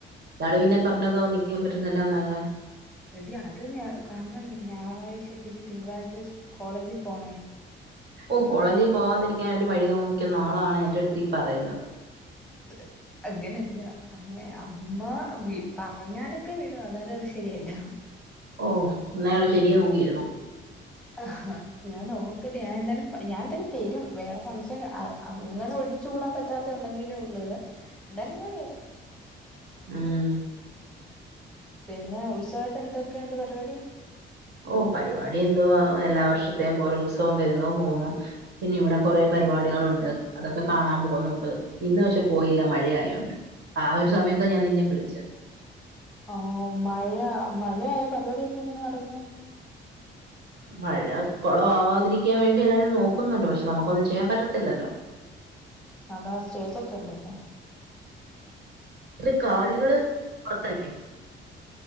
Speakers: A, on the right; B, in the centre.
A: ന്നാള് പിന്നെ പറഞ്ഞതോ നിക്കാൻ പറ്റുന്നില്ല എന്നൊക്കെ
B: എടീ അത് ഞ കാരണം ഞായറാഴ്ച പിന്നെ തിങ്കളാഴ്ച്ച സ് കോളേജി പോണേ
A: ഓഹ് കോളേജി പോവാതിരിക്കാൻ ഒരു വഴി തോന്നിക്കുന്ന ആളാണ് എന്റെ അടുത്ത് ഈ പറയുന്നത്
B: <inaudible> അങ്ങനല്ല അങ്ങെ അമ്മ വി പറഞ്ഞാലൊക്കെ വിടും എന്നാലും അത് ശരിയല്ല
A: ഓഹ് ഇന്നാ ഇയാള് ശരി നോക്കിയിരുന്നോ
B: ആഹ് ഞാൻ നോക്കട്ടെ ഞാന് എന്തായാലും ഞാന് എന്തായാലും വരും വേറെ ഫംഗ്ഷൻ അങ്ങനെ ഒഴി ച്ചു കൂടാൻ പറ്റാത്ത ഉണ്ടെങ്കിലേ ഒള്ളൂ എന്തായാലും ഞാൻ വരും
A: ഉം
B: പിന്നെ ഉത്സവായിട്ട് എന്തൊക്കെണ്ട് പരിപാടി
A: ഓ പരിപാടി എന്തുവാ എല്ലാ വർഷത്തെയും പോലെ ഉത്സവം വരുന്നു പോവുന്നു പിന്നെ ഇവടെ കൊറെ പരിപാടികളുണ്ട് അതൊക്കെ കാണാൻ പോവുന്നുണ്ട് ഇന്ന് പക്ഷെ പോയില്ല മഴയായൊണ്ട് ആഹ് ഒരു സമയത്താ ഞാൻ നിന്നെ വിളിച്ചത്
B: ഓ മഴ മഴയായ പരിപാടിയൊക്കെ എങ്ങനെ നടക്കും
A: മഴ കൊളവവാതിരിക്കാൻ വേണ്ടി എല്ലാരും നോക്കുന്നുണ്ട് പക്ഷെ നമുക്കൊന്നും ചെയ്യാൻ പറ്റത്തില്ലല്ലോ
B: അതാ സ്റ്റേജോക്കെണ്ട്ല്ലേ
A: ഇതില് കാണികള് പൊറത്തല്ലേ